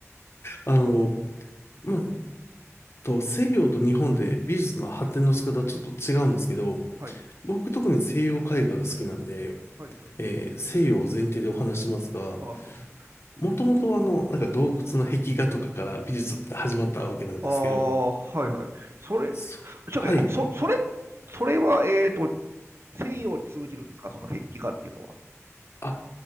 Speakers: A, on the left; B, on the right.
A: あの、まあ、と西洋と日本で美術の発展の仕方はちょっと違うんですけど、
B: はい、
A: 僕特に西洋絵画が好きなんで、
B: はい、はい。
A: えー西洋を前提でお話しますが、
B: は
A: もともとあの、なんか洞窟の壁画とかから美術って始まったわけなんですけど、
B: あ、ああ、はい、はい。それ、
A: そはい。
B: ちょっと待って、そ、それ、それは、えっと、西洋に通じるんですか、その壁画っていうのは。
A: あ、